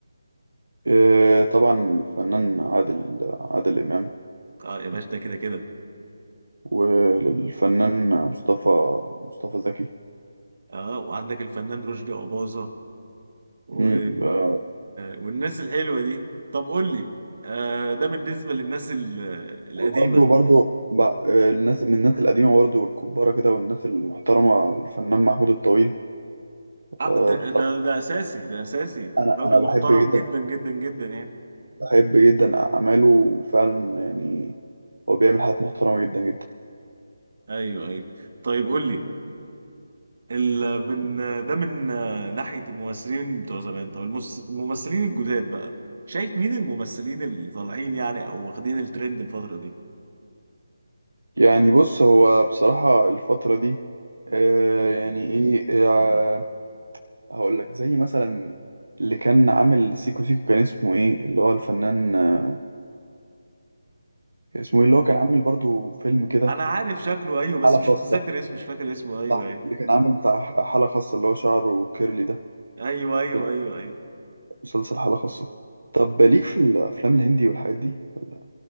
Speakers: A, on the right; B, on the right.
A: إيه، طبعا الفنان عادل عادل امام
B: اه يا باشا ده كده كده
A: والفنان مصطفى مصطفى زكي
B: اه وعندك الفنان رشدي اباظه و...
A: أمم، آه،
B: والناس الحلوه دي طب قول لي آه ده بالنسبه للناس ال- القديمه
A: وبرضه برضه بع- الناس من الناس القديمة برضه الكبارة كده والناس المحترمة الفنان محمود الطويل
B: آه
A: آه،
B: ده,
A: بصراحة
B: ده ده اساسي ده اساسي
A: أنا
B: راجل
A: أنا
B: محترم
A: بحب جدا
B: جدا جدا جدا يعني
A: بحب جدا أعماله وفعلا يعني هو بيعمل حاجات محترمة جدا جدا
B: ايوه ايوه طيب قول لي ال... من ده من آه، ناحيه الممثلين بتوع زمان طب المس... الممثلين الجداد بقى شايف مين الممثلين اللي طالعين يعني او واخدين الترند الفتره دي
A: يعني بص هو بصراحة الفترة دي آه
B: مم.
A: يعني ايه آه
B: مم.
A: هقول لك زي مثلا اللي كان عامل سيكو سيكو كان اسمه ايه اللي هو الفنان آه كان اسمه ايه اللي هو كان عامل برضو فيلم كده
B: انا عارف شكله ايوه بس
A: حالة
B: مش
A: خاصة
B: متذكر اسمه مش فاكر اسمه ايوه
A: صح
B: ايوه
A: اللي كان عامل بتاع حالة خاصة اللي هو شعره كيرلي ده
B: ايوه ايوه
A: فيلم
B: ايوه ايوه
A: مسلسل حالة خاصة طب ليك في الأفلام الهندي والحاجات دي ولا